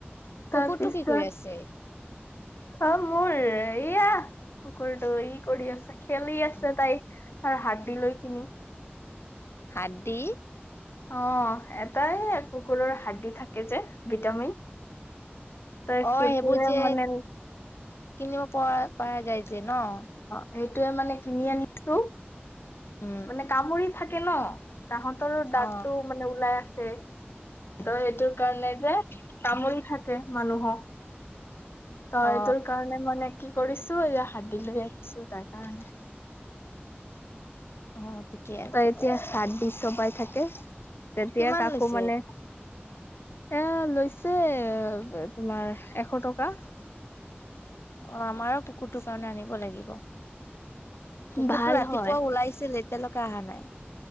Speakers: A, on the left; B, on the left.
A: তাৰপিছত
B: কুকুৰটো কি কৰি আছে?
A: অ' মোৰ এয়া কুকুৰটো ই কৰি আছে। খেলি আছে তাই, তাৰ হাৰ্ডি লৈ কিনি।
B: হাড্ডি?
A: অ', এটা এয়া কুকুৰৰ হাড্ডী থাকে যে ভিটামিন তই
B: অ'
A: সেইটোৱে
B: সেইবোৰ যে,
A: মানে
B: কিনিব পৰা পাৰা যায় যে <unintelligible>
A: সেইটোয়ে মানে কিনি আনিছোঁ
B: উম,
A: মানে <unintelligible> থাকে ন? তাহাঁতৰ ডাক
B: অ
A: তটো মানে ওলাই ত' সেইটো কাৰণে যে তামোল থাকে মানুহক তই
B: অ
A: তোৰকাৰণে মানে, কি কৰিছো, এয়া হাদ্দি লৈ আহিছো তাৰ কাৰণে।
B: অ', ঠিকে আছে
A: তই এতিয়া সাত দিছ? চোবাই থাকে। তেতিয়া
B: কিমান
A: কাকো
B: লৈছে?
A: মানে, এ', লৈছে তোমাৰ এশ টকা।
B: অ', আমাৰ কুকুৰটোৰ কাৰণে আনিব লাগিব। ক কুকুৰতটো
A: ভাল
B: ৰাতিপুৱা
A: হয়
B: ওলাইছিল তেলোকে অহা নাই